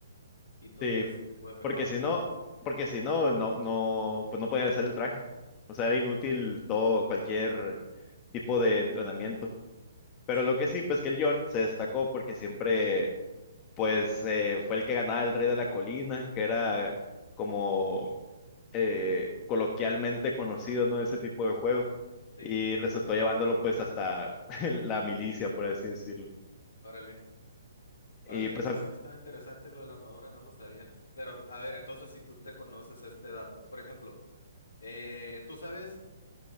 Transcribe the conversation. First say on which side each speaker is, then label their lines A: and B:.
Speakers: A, on the left (about 65°); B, on the left (about 25°).
A: y todo
B: Sí,
A: ese tipo de mejoras.
B: porque si no, porque si no, no, no, pues no podían hacer el traje. O sea,
A: Ajá,
B: era inútil todo, cualquier tipo de entrenamiento. Pero
A: sí,
B: lo que sí, pues que el John se destacó porque siempre, pues, eh, fue el que ganaba el Rey de la Colina, que era como eh, coloquialmente conocido, ¿no? Ese tipo de juego
A: sí.
B: Y resultó llevándolo pues hasta <laughs> la milicia, por así decirlo.
A: Órale.
B: Y
A: Órale,
B: pues,
A: eso
B: al-
A: sí está interesante, lo de la armadura, no lo sabía. Pero, a ver, entonces, si tú te conoces este dato, por ejemplo, eh, ¿tú sabes